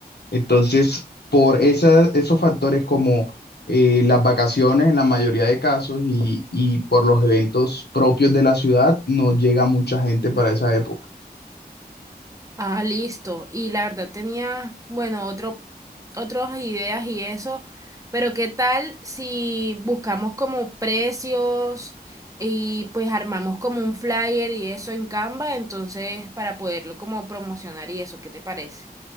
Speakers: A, on the left; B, on the right.
A: Entonces, por esa- esos factores como eh, las vacaciones en la mayoría de casos y, y por los eventos propios de la ciudad, no llega mucha gente para esa época.
B: Ah, listo. Y la verdad tenía, bueno, otro, otras ideas y eso, pero ¿qué tal si buscamos como precios y pues armamos como un flyer y eso en Canva, entonces para poderlo como promocionar y eso, ¿qué te parece?